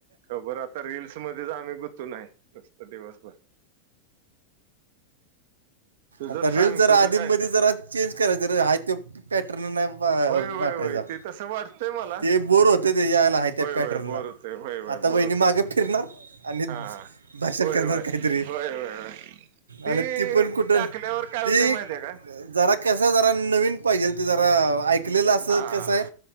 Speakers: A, on the right; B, on the right.
A: खबर आता रीलसमध्येच आम्ही गुतून हाय नुसत दिवसभर. तुझंच
B: आता
A: सांग
B: रिल्स जरा
A: तुझं
B: आधीमधी
A: काय ख
B: जरा चेंज करायच हाय ते पॅटर्न नाही
A: होय होय
B: वाटायचा.
A: होय ते तसं वाटतंय मला
B: ते बोर होत त्याच्याला आहे त्या
A: होय
B: पॅटर्न
A: होय बोर
B: ला
A: होतंय होय होय
B: आता
A: बोर
B: वहिणी
A: होतंय
B: मागे फिरणार. आणि
A: हा
B: भाषण
A: होय
B: करणार
A: होय
B: काहीतरी
A: होय होय होय ते
B: आणि ती पण कुठं
A: टाकल्यावर काय होतंय
B: ती
A: माहितीये का
B: जरा कसं आहे जरा नवीन पाहिजेल ते जरा ऐकलेलं असं
A: हा
B: कसं आहे